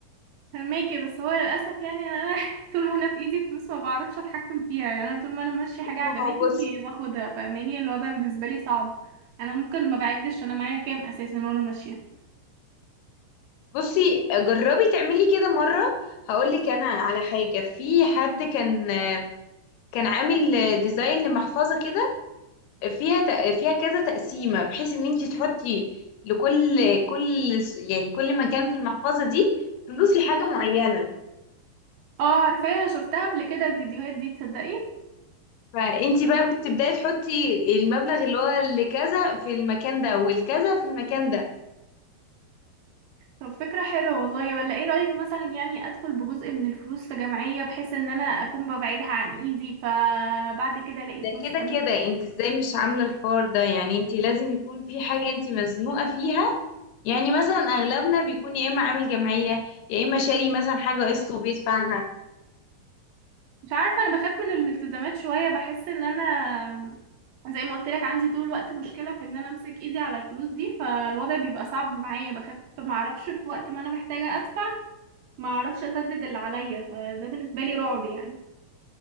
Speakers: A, on the right; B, on the left.
A: فهماكي بس هو للاسف يعني انا أنا <laughs> طول ما انا في ايدي فلوس ما بعرفش اتحكم فيها يعني انا طول ما انا ماشيه حاجه
B: ما
A: عجبتني
B: هو بصي
A: باخدها فاهماني الوضع بالنسبه لي صعب انا ممكن ما بعدش انا معايا كام اساسا وانا ماشيه
B: بصي جربي تعملي كده مرة هقولك انا على حاجة في حد كان آه، كان عامل آه، ديزاين لمحفظة كده فيها تق- فيها كذا تقسيمة بحيث ان انت تحطي لكل كل س- يعني كل مكان في المحفظة دي فلوس لحاجة معينة
A: اه عارفاها شفتها قبل كده الفيديوهات دي تصدقي
B: فانت بقى بتبداي تحطي المبلغ اللي هو لكذا في المكان ده والكذا في المكان ده
A: طب فكره حلوه والله ولا ايه رايك مثلا يعني ادخل بجزء من الفلوس في جمعيه بحيث ان انا اكون ببعدها عن ايدي فبعد كده الاقي فلوس
B: ده كده
A: امشي
B: كده انت ازاي مش عاملة الحوار ده يعني انت لازم يكون في حاجة انت مزنوقة فيها يعني مثلا اغلبنا بيكون يا اما عامل جمعية يا اما شاري مثلا حاجة قسط وبيدفعها
A: مش عارفة انا بخاف من الالتزامات شوية بحس ان انا زي ما قلت لك عندي طول الوقت مشكلة في ان انا امسك ايدي على الفلوس دي فالوضع بيبقى صعب معايا بخاف ما اعرفش في وقت ما انا محتاجة ادفع ما اعرفش اسدد اللي عليا فده بالنسبة لي رعب يعني